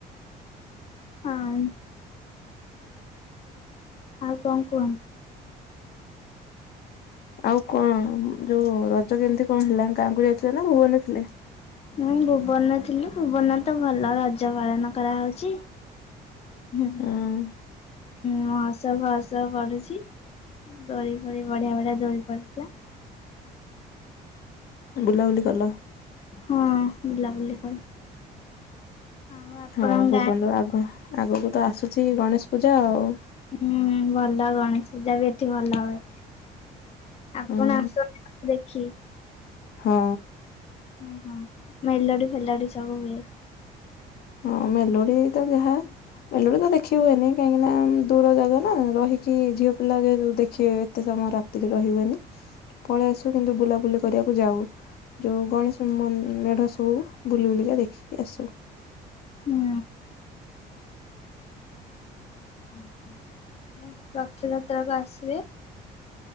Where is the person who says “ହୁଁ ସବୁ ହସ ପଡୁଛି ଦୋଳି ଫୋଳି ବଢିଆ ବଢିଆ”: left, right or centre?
Left